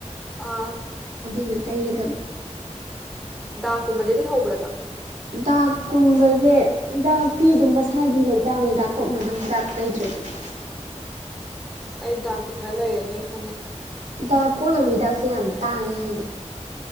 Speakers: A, in the centre; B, on the right.
A: ꯑꯥ
B: ꯑꯗꯨꯅ ꯇꯩꯒꯗꯕ
A: ꯗꯥꯛꯀꯨꯝꯕꯗꯗꯤ ꯍꯧꯕ꯭ꯔꯗ
B: ꯗꯥꯛꯀꯨꯝꯕꯁꯦ ꯗꯥꯛꯄꯤꯤ ꯑꯗꯨꯝ ꯃꯁꯥꯒꯤ ꯂꯩꯇꯥꯕꯅꯤꯗꯥꯛ ꯀꯣꯛꯅꯕ ꯍꯤꯗꯥꯛ ꯇꯩꯇ꯭ꯔꯗꯤ <inaudible>
A: ꯑꯁ ꯑꯩ ꯗꯥꯛꯇꯤ ꯈꯔ ꯂꯩꯔꯅꯦ ꯑꯩ ꯈꯪꯉꯦ
B: ꯗꯥꯛ ꯀꯣꯛꯅꯕ ꯍꯤꯗꯥꯛꯁꯦ ꯌꯥꯝ ꯇꯥꯡꯉꯦ ꯍꯥꯏꯅꯤ